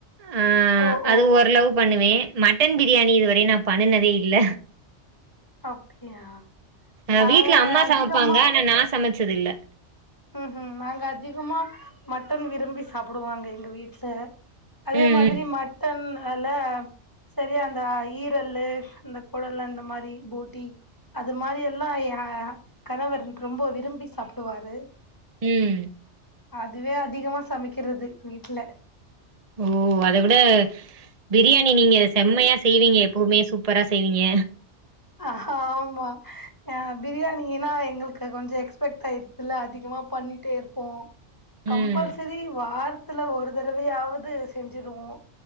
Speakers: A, on the right; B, on the left.
A: ஆ
B: ஓ
A: அது
B: ஓ
A: ஓரளவு பண்ணுவேன் மட்டன் பிரியாணி இதுவரையு நா பண்ணுனதே இல்ல
B: அப்டியா
A: அ
B: நாங்க
A: வீட்ல அம்மா
B: அதிகமா
A: சமைப்பாங்க ஆனா நா சமச்சதில்ல
B: ம்ஹும் நாங்க அதிகமா மட்டன் விரும்பி சாப்புடுவாங்க எங்க வீட்டுல அதே
A: ம்
B: மாதிரி மட்டன் அல சரி அந்த ஈரலு இந்த கொடல் அந்த மாரி போட்டி அது மாரி எல்லா என் கணவர் ரொம்ப விரும்பி சாப்டுவாரு
A: உம்
B: அதுவே அதிகமா சமைக்கிறது வீட்ல
A: ஓ அத விட பிரியாணி நீங்க செம்மையா செய்வீங்க எப்பவுமே சூப்பரா செய்வீங்க
B: அ ஆமா பிரியாணினா எங்களுக்கு கொஞ்சம் எக்ஸ்பெக்ட் ஆயிருச்ச இல்ல அதிகமா பண்ணிட்டே இருப்போம் கம்பல்சரி
A: ம்
B: வாரத்துல ஒரு தடவையாவது செஞ்சுருவோ